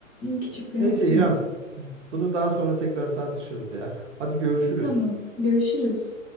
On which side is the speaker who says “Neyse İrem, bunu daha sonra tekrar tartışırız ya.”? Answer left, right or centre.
Right